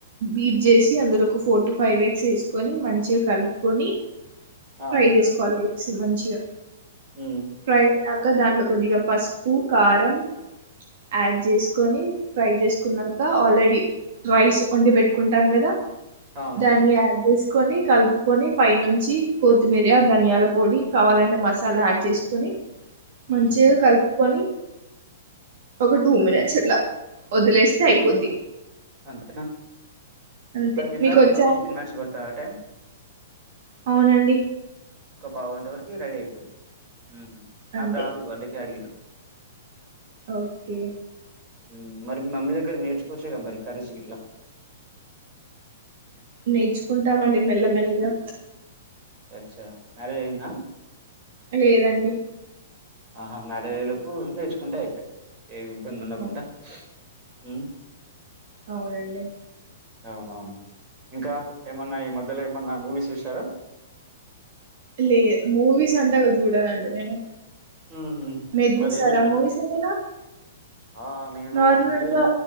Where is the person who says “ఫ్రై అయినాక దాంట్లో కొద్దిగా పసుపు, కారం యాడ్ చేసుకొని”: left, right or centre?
Right